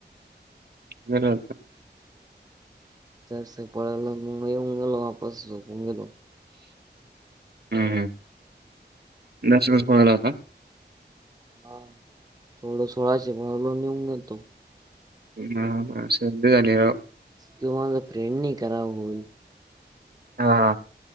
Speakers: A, on the right; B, on the right.
A: घरात.
B: चार से पळालो मग येऊन गेलो वापस झोपून गेलो.
A: हम्म नॅचरल पळाला होता.
B: हा थोड सोळाशे पळालो निऊन घेेतो.
A: हा मला सर्दी झली राव.
B: त्यो माझा फ्रेंड नाही खरा बोल.
A: हा.